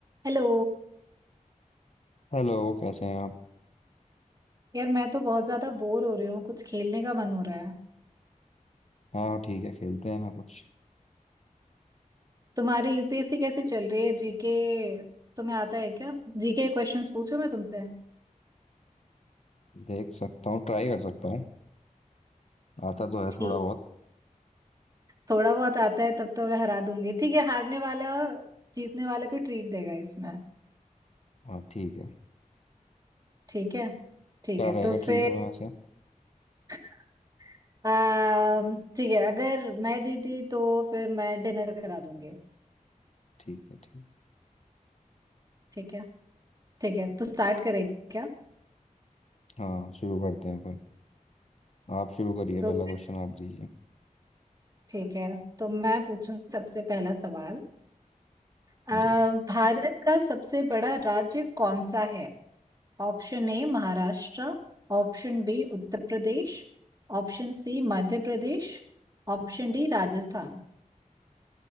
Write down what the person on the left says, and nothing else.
Hello कैसे हैं आप
हाँ ठीक है खेलते हैं ना कुछ
देख सकता हूँ ट्राई कर सकता हूँ आता तो है
थोड़ा बहुत
हाँ ठीक है
क्या
रहेगा
ट्रीट में वैसे
ठीक है ठीक
हाँ शुरू करते हैं फिर आप शुरू करिए
पहला क्वेश्चन आप दीजिए
जी